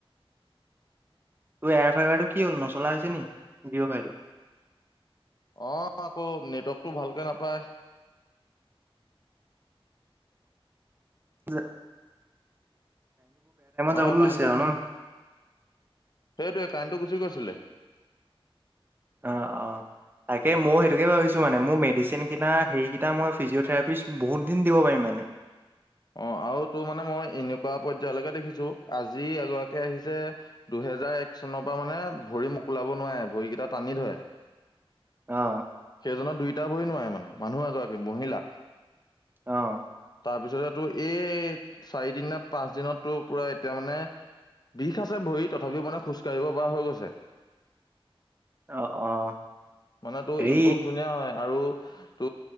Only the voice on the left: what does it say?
অঁ আকৌ নেটৱৰ্কটো ভালকে নাপায়।
অঁ কাইণ্টো
গুচি-
সেইটোয়ে কাইণ্টো গুচি গৈছে। দিলে
অঁ আওটো মানে মই এনেকুৱা পৰ্যায়লৈকে দেখিছো। আজি এগৰাকী আহিছে দুহেজাৰ এক চনৰপা মানে ভৰি মোকোলাব নোৱায়, ভৰিকেইটা টানি ধয়।
সেইজনৰ দুই তা ভৰি নোৱায় মানে মানুহ এগৰাকী মহিলা।
তাৰপিছত তো এই চাৰি দিন ন পাঁচ দিনতো পুৰা এতিয়া মানে বিষ আছে ভৰি তথাপিও মানে খোজ কাঢ়িব পৰা হৈ গৈছে।
মানে টো
ইম্প্ৰুভ ধুনীয়া হয় আৰু <unintelligible> ত